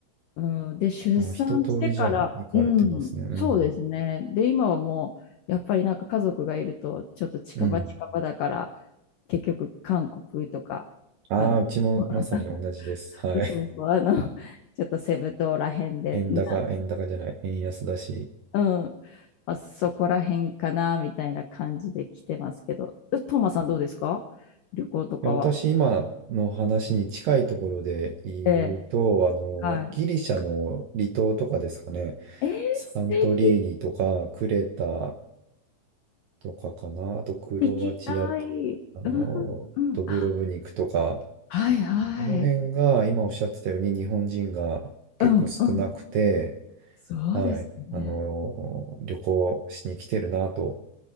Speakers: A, on the left; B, on the right.
A: うん、で、出産してから、
B: あ、一通りじゃあ行かれてますね。
A: うん、
B: うん。
A: そうですね。で、今はもう、やっぱりなんか家族がいると、ちょっと近場近場だから、
B: うん。
A: 結局韓国とか、
B: ああ、
A: あの
B: うちもまさに同じです。
A: <laughs>
B: はい。
A: そうそう、あの、<laughs> ちょっとセブ島らへんで、
B: <laughs> 円高、
A: な
B: 円高じゃない、円安だし。
A: うん。まあ、そこら辺かな、みたいな感じで来てますけど。えトーマさんどうですか旅行とかは。
B: いや、私今の話に近いところで言うと、
A: ええ、
B: あの、
A: はい。
B: ギリシャの離島とかですかね。
A: えー、
B: サントリーニとか、
A: 素敵。
B: クレタとかかな。あと、クロアチア、
A: 行きたい。
B: あの、
A: うん、うん。
B: ドブロブニクとか、
A: あ、はいはい。
B: この辺が今おっしゃってたように日本人が結構少なくて、
A: うん、うん。そうですね。
B: はい、あの、旅行しに来てるなと、